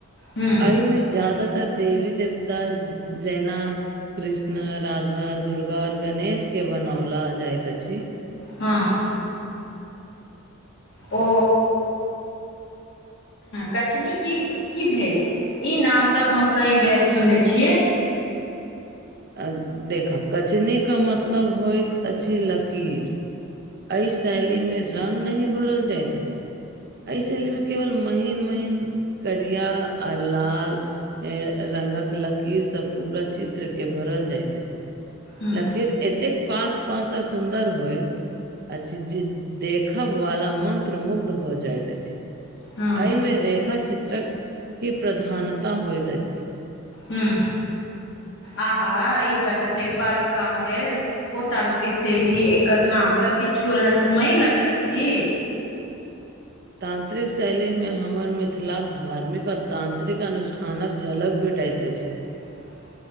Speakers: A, on the left; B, on the right.
A: हूँ
B: अइ मे ज्यादा तर देवी देवता जेहिना कृष्ण राधा दुर्गा आओर गणेश के बनौला जाइत अछि।
A: हँ ओ कचनी की की भेल ई नाम तऽ हम कए बेर सुनने छियै।
B: अ देखा कचनी के मतलब होइत अछि लकीर। एहि शैली मे रंग नहि भरल जाइत अछि। एहि शैलीमे केवल महीन महीन करिया आ लाल रंगक लकीर स पूरा चित्र के भरल जाइत अछि।
A: हूँ
B: लकीर एतेक पास पास आ सुंदर होयत अछि जे देखब वाला मन्त्र मुग्ध भऽ जाइत अछि।
A: हूँ
B: एहिमे रेखा चित्रक की प्रधानता होइत अछि।
A: हुँ आहा ई तऽ कतेक बारीक काम भेल। ओ तांन्त्रिक शैली एकर नाम तऽ किछु रहस्यमय लगैत अछि।
B: तान्त्रिक शैलीमे हमर मिथिलाक धार्मिक आओर तांन्त्रिक अनुष्ठानक झलक भेटैत अछि।
A: <inaudible>